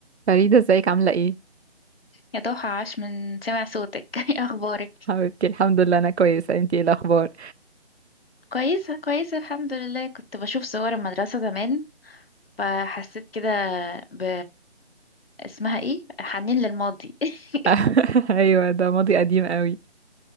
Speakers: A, on the right; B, on the left.
A: فريدة ازيك عاملة ايه؟
B: يا ضحى عاش من سمع صوتك <laughs> ايه اخبارك
A: حبيبتي الحمد لله انا كويسة انتي ايه الاخبار؟
B: كويسه كويسه الحمد لله كنت بشوف صور المدرسه زمان فحسيت كده ب اسمها ايه حنين للماضي <laughs>
A: <laughs> ايوه ده ماضي قديم قوي